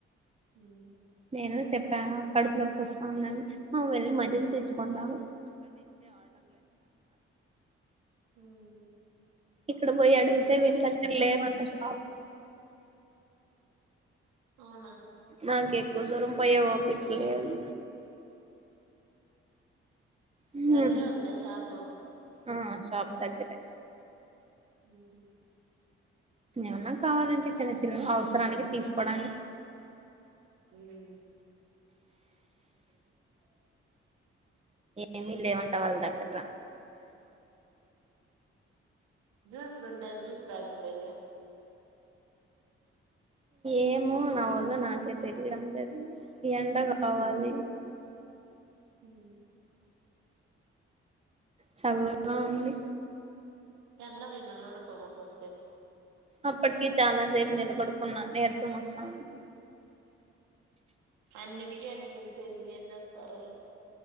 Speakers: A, on the right; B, on the right.
A: హ్మ్.
B: నేను చెప్పా కడుపు నొప్ వస్తాది అని ఆ వెళ్ళి మజ్జిగ తెచ్చుకొని తాగు
A: హ్మ్.
B: ఇక్కడ పోయి అడిగితే వీళ్ళ దగ్గర లేవంటే షాప్.
A: అవునా
B: నాకు ఎక్కువ దూరం పోయే ఓపిక లేదు. హ్మ్
A: దగ్గరే ఉందా షాపు
B: ఆ షాప్ దగ్గరే.
A: ఉహు
B: ఏమన్నా కావాలంటే చిన్న చిన్న అవసరానికి తీసుకోవడాన్
A: హ్మ్. ఆ.
B: ఏమి లేవంటా వాళ్ళ దగ్గర
A: జ్యూస్లు ఉండాయి జ్యూస్ తాగి ఉండేవి.
B: ఏమో నా వల్ల నాకే తెలియడం లేదు ఈ ఎండ కావాలి.
A: హ్మ్.
B: చల్లగా ఉంది
A: దాంట్లో వోయినా లోడ్ పొబో పోస్పెన్
B: అప్పటికి చాలా సేపు నిలబడుకున్న నీరసం వస్తాన్
A: అన్నిటికీ అన్నీ చెప్తే ఇంగేం చేస్తారు